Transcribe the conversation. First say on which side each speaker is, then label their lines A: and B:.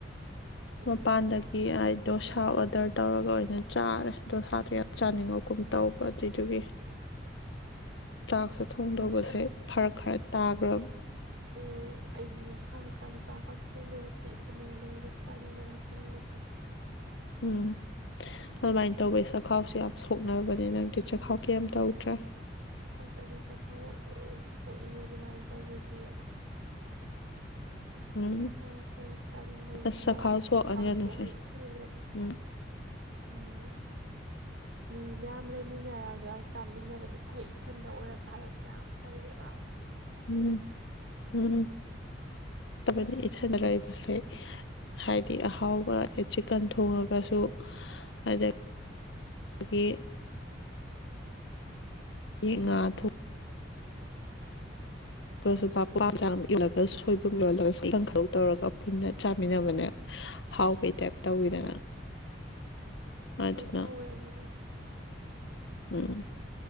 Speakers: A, on the left; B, on the right.
A: ꯃ
B: ꯎꯝ
A: ꯄꯥꯟꯗꯒꯤ ꯍꯥꯏ ꯗꯣꯁꯥ ꯑꯣꯗꯔ ꯇꯧꯔꯒ ꯑꯣꯏꯅ ꯆꯥꯔꯦ ꯗꯣꯁꯥꯗꯣ ꯌꯥꯝ ꯆꯥꯅꯤꯡꯉꯛꯀꯨꯝ ꯇꯧꯕ ꯑꯗꯨꯏꯗꯨꯒꯤ
B: <inaudible>
A: ꯆꯥꯛꯁꯦ ꯊꯣꯡꯗꯧꯕꯁꯦ
B: ꯑꯁ
A: ꯐꯔꯛ ꯈꯔ ꯇꯥꯒ꯭ꯔꯕ
B: ꯎꯝ ꯑꯩꯒꯤ ꯁꯥꯔꯀꯥꯟꯗ ꯆꯥꯛꯀ ꯊꯣꯡꯅꯕꯁꯦ ꯏꯊꯟꯗ ꯂꯩꯔꯗꯤ ꯇꯟꯕꯅꯣ ꯇꯟꯕꯗ
A: ꯎꯝ ꯑꯗꯨꯃꯥꯏꯅ ꯇꯧꯕꯩ ꯆꯥꯛꯈꯥꯎꯁꯤ ꯌꯥꯝ ꯁꯣꯛꯅꯕꯅꯤ ꯅꯪꯗꯤ ꯆꯥꯛꯈꯥꯎ ꯀꯩ ꯇꯧꯗ꯭ꯔꯦ
B: ꯑꯁ ꯑꯩꯁꯨ ꯆꯈꯥꯎꯕ ꯂꯣꯏ ꯁꯣꯛꯏꯅꯦ ꯑꯗꯨꯃꯥꯏꯅ ꯇꯧꯕꯒꯤ
A: ꯎꯝ
B: ꯊꯔꯛꯄꯗ ꯇꯟꯕꯒꯤꯀꯣ
A: ꯑꯁ ꯆꯈꯥꯎ ꯁꯣꯛꯑꯅꯤ
B: ꯆꯥꯛꯇꯣ
A: ꯑꯗꯨꯁꯦ
B: ꯍꯥꯏ ꯊꯜꯂꯦ
A: ꯎꯝ
B: ꯎꯝ ꯃꯤ ꯃꯌꯥꯝ ꯂꯩꯃꯤꯟꯅꯔꯒ ꯆꯥꯃꯤꯟꯅꯕꯗꯤ ꯐꯩ ꯏꯊꯟꯗ ꯑꯣꯏꯔꯀꯥꯟꯗꯗꯤ ꯌꯥꯝ ꯇꯜꯂꯦꯕ
A: ꯎꯝ ꯎꯝ ꯇꯃꯅꯤ ꯏꯊꯥꯏꯅꯔꯕꯁꯦ ꯍꯥꯏꯗꯤ ꯑꯍꯥꯎꯕ ꯆꯤꯛꯀꯟ ꯊꯣꯡꯉꯒꯁꯨ ꯑ ꯑꯩꯗꯒꯤ ꯌꯦ ꯉꯥ ꯊꯣ ꯑꯩꯁꯨꯆꯥꯝ ꯏꯜꯂꯒ ꯁꯣꯏꯕꯨꯝ ꯌꯣꯜꯂꯒꯁꯨ ꯏꯀꯪ ꯈꯧ ꯇꯧꯔꯒ ꯄꯨꯟꯅ ꯆꯥꯃꯤꯟꯅꯕꯅꯦ ꯍꯥꯎ ꯀꯩ ꯇꯥꯏꯞ ꯇꯧꯋꯤꯗꯅ ꯑꯗꯨꯅ
B: ꯍꯣꯏ ꯇꯧꯋꯦ ꯑꯗꯨꯗꯤ
A: ꯎꯝ